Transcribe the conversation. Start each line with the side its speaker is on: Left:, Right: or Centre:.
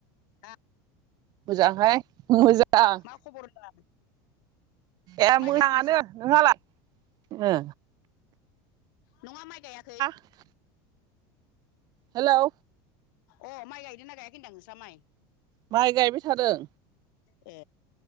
Left: आ
Right: मोजांहाय। मोजां
Left: मा खबर होनदां?
Right: ए
Left: माइ
Right: मोजाङानो
Left: गायाखै नोंस्रा
Right: नोंहालाय? ओ
Left: नङा माइ गाया
Right: <unintelligible> हेलौ।
Left: अ माइ गायदोंना गायाखै होनदां नोंस्रा माइ।
Right: माइ गायबाय थादों।
Left: ए